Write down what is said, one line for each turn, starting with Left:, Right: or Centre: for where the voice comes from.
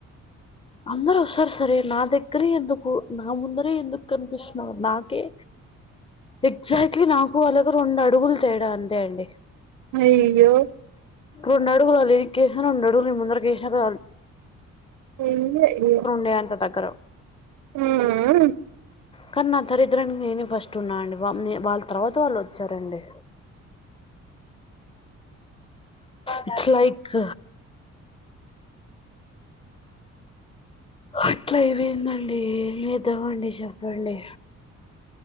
Left: అందరూ వస్తారు సరే, నా దగ్గరే ఎందుకు నా ముందరే ఎందుకు కనిపిస్తున్నావు నాకే. ఎగ్జాక్ట్లీ నాకు అలాగ రెండు అడుగులు తేడా అంతే అండి
Right: అయ్యో
Left: రెండడుగులు అడి వెనక్కి వేసాను రెండడుగులు ముందలికి వేసాను
Right: ఎంలే ఇగ
Left: నీ అంత దగ్గర
Right: ఊ ఊ
Left: కానీ నా దరిద్రానికి నేనే ఫస్ట్ ఉన్నా అండి వాళ్ళ తర్వాత వాళ్ళు వచ్చారండి ఇట్స్ లైక్ అట్ల అయిపోయిందండి ఏం చేద్దామండి చెప్పండి